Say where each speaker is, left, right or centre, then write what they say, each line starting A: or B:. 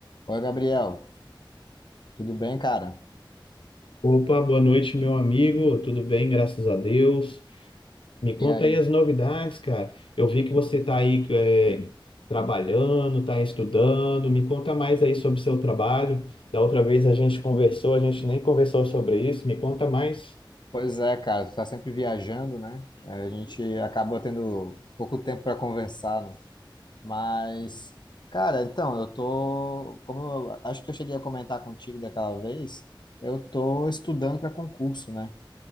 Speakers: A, on the left; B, on the left.
A: Oi, Gabriel, tudo bem, cara?
B: Opa, boa noite, meu amigo. Tudo bem, graças a Deus. Me conta
A: E aí?
B: aí as novidades, cara. Eu vi que você tá aí é, trabalhando, tá estudando. Me conta mais aí sobre o seu trabalho. Da outra vez a gente conversou, a gente nem conversou sobre isso. Me conta mais.
A: Pois é, cara, tu tá sempre viajando, né? É, A gente acaba tendo pouco tempo para conversar, né? Mas, cara, então, eu tô, como eu acho que eu cheguei a comentar contigo daquela vez, eu tô estudando para concurso, né?